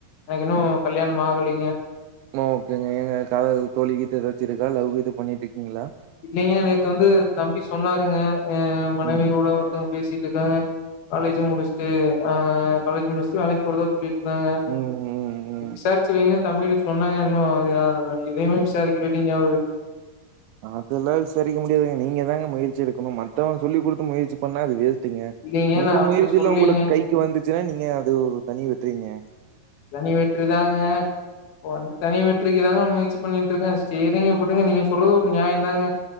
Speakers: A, on the left; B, on the right.
A: எனக்கு இன்னும் கல்யாணமே ஆகுலிங்க
B: மா ஓகங்க எங்க கால தோழி கீத்து ஏதாச்சிருக்கா லவ் கீது பண்ணிட்டு இருக்கீங்களா
A: இல்லலைங்க நேத்து வந்து தம்பி சொன்னாருங்க அஹ மனைவியோட
B: ம்,
A: ஒருத்தவங்க பேசிட் இருக்காங்க காலேஜும் முடிச்சுட்டு காலேஜ் முடிச்சுட்டு வேலைக்கு போறத சொல்லிட்டு இருந்தாங்க
B: ம், ம், ம்.
A: சார் <unintelligible> வ வைங்க தமி சொன்னாங்க இன்னும் எதூவும் விசாரிக்கவேலைங்கா ஒரு
B: <unintelligible> அதுல்லாம் விசாரிக்க முடியாதுங்க நீங்க தாங்க முயற்சி எடுக்கணும் மத்தவன் சொல்லி கொடுத்து முயற்சி பண்ணா அது வேஸ்ட்
A: இல்லைங்க
B: உங்க
A: நா அப்படி
B: முயற்சில
A: சொல்லீங்க
B: உங்களுக்கு கைக்கு வந்துச்சுன்னா நீங்க அது ஒரு தனி வெட்றீங்க
A: தனி வெற்றி தாங்க வந்து தனி வெற்றிக்கு தாங்க முயற்சி பண்ணிட்டு இருக்கே செரிங்கப்படிங்க நீங்க சொல்றது ஒரு நியாயம் தாங்க